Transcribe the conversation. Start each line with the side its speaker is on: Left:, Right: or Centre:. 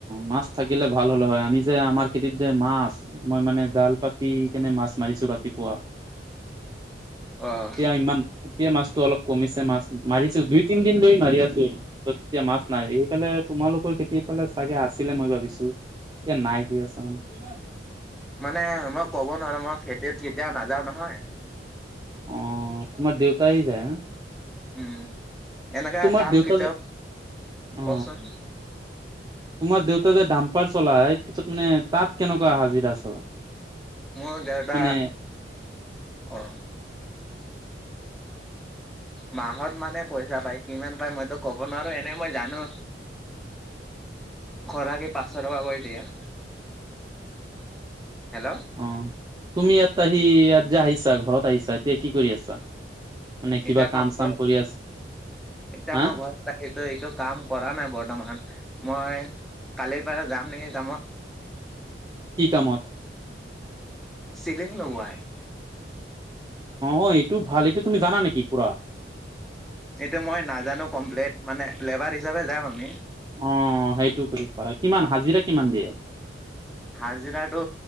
Right: মাছ থাকিলে ভাল হ'লে হয় আমি যে আমাৰ খেতিত যে মাছ। মই মানে জাল পাতি কেনে মাছ মাৰিছো ৰাতিপুৱা।
Centre: অ
Right: এতিয়া ইমান এতিয়া মাছটো অলপ কমিছে মাছ মাৰিছো দুই তিনদিন ধৰি মাৰি আছো। ত তেতিয়া মাছ নাই সেইফালে তোমালোকৰ তি- দি পালে চাগে আছিলে মই ভাবিছো এ নাই গৈ আছা মানে।
Centre: মানে মই ক'ব নোৱাৰো মই খেতিত কেতিয়াও নাযাও নহয়।
Right: অ তোমাৰ দেউতাই যায়।
Centre: উম এনেকুৱা
Right: তোমাৰ
Centre: কাম
Right: দেউতা
Centre: কেতিয়াও
Right: অ
Centre: কওকচোন।
Right: তোমাৰ দেউতা যে দাম্পাৰ চলাই পিছত মানে তাত কেনেকুৱা হাজিৰা চলা।
Centre: মোৰ দেউতা
Right: মানে
Centre: অ। মাহত মানে পইচা পায় কিমান পায় মইতো কব নোৱাৰো এনে মই জানো।
Right: <inaudible>
Centre: খৰা কে পাঁচশ টকা কৰি দিয়ে। হেল্ল'।
Right: অঁ, তুমি ইয়াত আহি ইয়াত যে আহিছা ঘৰত আহিছা এতিয়া কি কৰি আছা। মানে
Centre: এতিয়া
Right: কিবা
Centre: মই
Right: কাম
Centre: ঘৰত
Right: চাম কৰি আছে,
Centre: এতিয়া
Right: হা।
Centre: মই ঘৰত এইটো এইটো কাম কৰা নাই বৰ্তমান মই কালিৰ পৰা যাম নেকি কামত।
Right: কি কামত।
Centre: চিলিং লগোৱাই।
Right: অ এইটো ভাল এইটো তুমি জানা নেকি পুৰা?
Centre: এইটো মই নাজানো কমপ্লেট মানে লেবাৰ হিচাপে যাম আমি।
Right: অ সেইটো কৰি পাৰা, কিমান হাজিৰা কিমান দিয়ে?
Centre: হাজিৰাটো